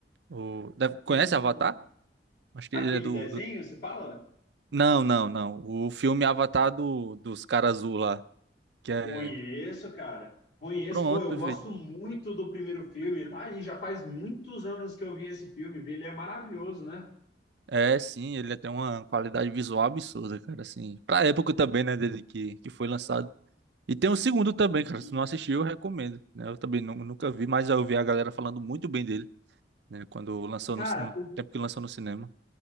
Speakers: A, on the right; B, on the left.
A: O... Deve... Conhece
B: Hum,
A: Avatar? Acho que
B: aquele
A: ele é do,
B: desenho,
A: do-
B: você fala?
A: Não, não, não. O filme Avatar do... dos caras azul lá. Que é.
B: Conheço, cara. Conheço,
A: Pronto,
B: pô, eu
A: perfeito.
B: gosto muito do primeiro filme, tá aí, já faz muitos anos que eu vi esse filme, vi, ele é maravilhoso, né?
A: É, sim, ele tem uma qualidade visual absurda, cara, assim. Pra época também, né, dele que, que foi lançado. E tem o segundo também,
B: Sim.
A: cara, se não assistiu, eu recomendo, né? Eu também nu- nunca vi, mas eu vi a galera falando muito bem dele, né, quando lançou
B: Cara,
A: no, ci- no
B: o
A: tempo que lançou no cinema.